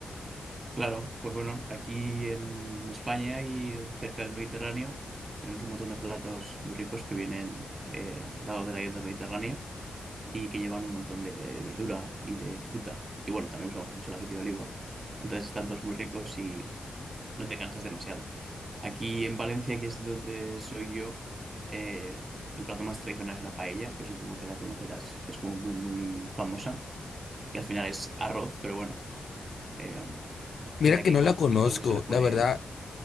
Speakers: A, on the right; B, on the left.
A: Claro, pues bueno, aquí en España y cerca del Mediterráneo tenemos un montón de platos muy ricos que vienen eh, dados de la dieta mediterránea y que llevan un montón de verdura y de fruta. Y bueno, también usamos mucho el aceite de oliva. Entonces están todos muy ricos y no te cansas demasiado. Aquí en Valencia, que es donde soy yo, eh, el plato más tradicional es la paella, que supongo que la conocerás, que es como muy, muy famosa, que al final es arroz, pero bueno. Eh,
B: Mira
A: el de aquí
B: que no
A: en
B: la
A: concreto,
B: conozco,
A: pues se le pone.
B: la verdad.